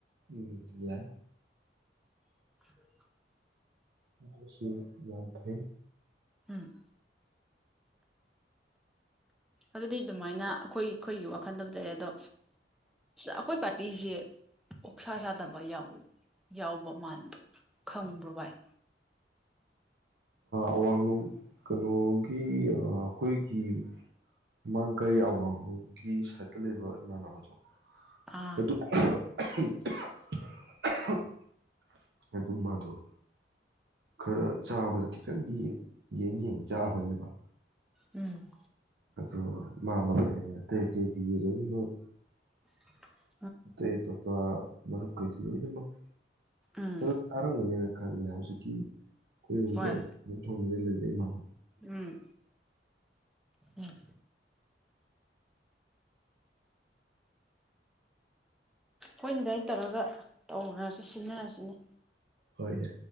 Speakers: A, on the right; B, in the centre.
A: ꯎꯝ ꯌꯥꯏ
B: <unintelligible>
A: ꯑꯗꯨꯁꯨ ꯌꯥꯝ ꯐꯩ
B: ꯎꯝ ꯑꯗꯨꯗꯤ ꯑꯗꯨꯃꯥꯏꯅ ꯑꯩꯈꯣꯏ ꯑꯩꯈꯣꯏꯒꯤ ꯋꯥꯈꯟꯗꯕꯨ ꯂꯩꯔꯦ ꯑꯗꯣ ꯑꯩꯈꯣꯏ ꯄꯥꯔ ꯇꯤꯁꯦ ꯑꯣꯛꯁꯥ ꯆꯥꯗꯕ ꯌꯥꯎ ꯌꯥꯎꯕ ꯃꯥꯟꯕ‌ꯔ‌ꯣ ꯈꯪꯕ꯭ꯔꯣ ꯚꯥꯏ
A: ꯑꯋꯥꯡꯂꯣꯡ ꯀꯩꯅꯣꯒꯤ ꯑꯩꯈꯣꯏꯒꯤ ꯃꯃꯥꯡꯒꯩ ꯑꯋꯥꯡꯂꯣꯡꯒꯤ ꯁꯥꯏꯠꯇ ꯂꯩꯕ ꯏꯃꯥꯟꯅꯕꯗꯣ
B: ꯑꯥ
A: ꯑꯗꯨ <unintelligible> ꯑꯗꯨ ꯃꯥꯗ‌ꯣ ꯈꯔ ꯆꯥꯕꯗ ꯈꯤꯇꯪꯗꯤ ꯌꯦꯡ ꯌꯦꯡ ꯆꯥꯕꯅꯦꯕ
B: ꯎꯝ
A: ꯑꯗꯣ ꯃꯥ ꯃꯛꯅ ꯍꯥꯏꯅꯦ ꯑꯇꯩ ꯑꯇꯩꯗꯤ ꯂꯣꯏꯅꯃꯛ
B: <unintelligible>
A: ꯑꯇꯩ ꯑꯇ‌ꯣꯞꯄ ꯃꯔꯨꯞ ꯀꯩꯗꯤ ꯂꯣꯏꯅꯃꯛ
B: ꯎꯝ
A: ꯑꯗꯨ ꯇꯥꯔꯝꯒꯅꯤꯅ ꯈꯜꯂꯤ ꯍꯧꯖꯤꯛꯀꯤ ꯀꯣꯏ ꯍꯧ
B: ꯍꯣꯏ
A: <unintelligible> ꯂꯩꯕꯩꯅ‌ꯣ
B: ꯎꯝ ꯎꯝ ꯍꯣꯏꯅ‌ꯦ ꯑꯗꯨꯃꯥꯏ ꯇꯧꯔꯒ ꯇꯧꯅꯔꯁꯤ ꯁꯤꯟꯅꯔꯁꯤꯅꯦ
A: ꯍꯣꯏꯅꯦ